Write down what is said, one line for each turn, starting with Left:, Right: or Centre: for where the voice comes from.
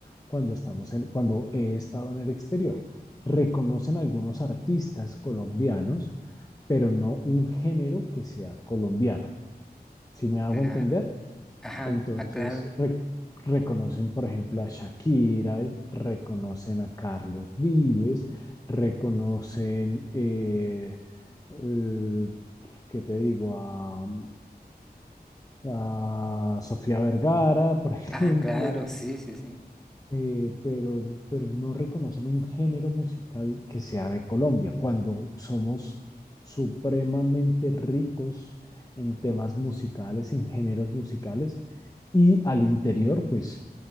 Left: cuando, estamos en, cuando he estado en el exterior. Reconocen algunos artistas colombianos, pero no un género que sea colombiano. ¿Sí me hago
Centre: claro.
Left: entender?
Centre: Ajá,
Left: Entonces,
Centre: ah, claro.
Left: re- reconocen, por ejemplo, a Shakira, reconocen a Carlos Vives, reconocen, eh, eh, ¿qué te digo? A, a Sofía Vergara, <laughs> por ejemplo
Centre: Ah, claro, sí, sí, sí.
Left: eh, pero, pero no reconocen un género musical que sea de Colombia, cuando somos supremamente ricos en temas musicales, en géneros musicales, y al interior, pues,